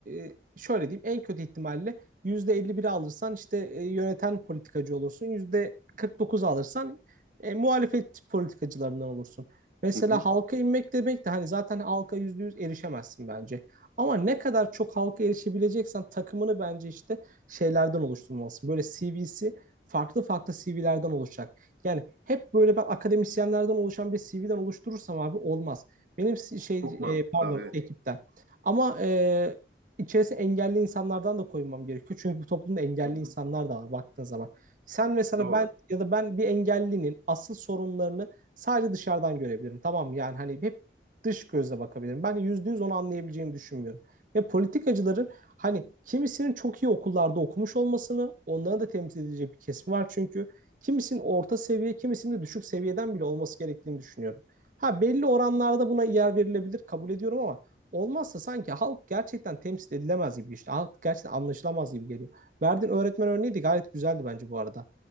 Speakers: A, on the right; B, on the right.
A: e, şöyle diyeyim en kötü ihtimalle %51 alırsan işte e, yöneten politikacı olursun. %49 alırsan e, muhalefet politikacılarından olursun. Mesela
B: Hı hı.
A: halka inmek demek de hani zaten halka %100 erişemezsin bence. Ama ne kadar çok halka erişebileceksen takımını bence işte şeylerden oluşturmalısın. Böyle CV'si farklı farklı CV'lerden oluşacak. Yani hep böyle ben akademisyenlerden oluşan bir CV'den oluşturursam abi olmaz. Benim si-, şey
B: Çok mantıklı
A: e, pardon
B: abi. Evet.
A: ekipten. Ama e, içerisine engelli insanlardan da koymam gerekiyor. Çünkü bu toplumda engelli
B: Hı hı.
A: insanlar da var baktığın zaman. Sen mesela
B: Doğru.
A: ben ya da ben bir engellinin asıl sorunlarını sadece dışarıdan görebilirim. Tamam mı? yani hani hep dış gözle bakabilirim. Ben yüzde yüz onu anlayabileceğimi düşünmüyorum. Ve politikacıların hani kimisinin çok iyi okullarda okumuş olmasını onları da temsil edecek bir kesimi var çünkü. Kimisinin orta seviye, kimisinin de düşük seviyeden bile olması gerektiğini düşünüyorum. Ha belli oranlarda buna yer verilebilir kabul ediyorum ama olmazsa sanki halk gerçekten temsil edilemez gibi işte. Halk gerçekten anlaşılamaz gibi geliyor. Verdiğin öğretmen örneği de gayet güzeldi bence bu arada.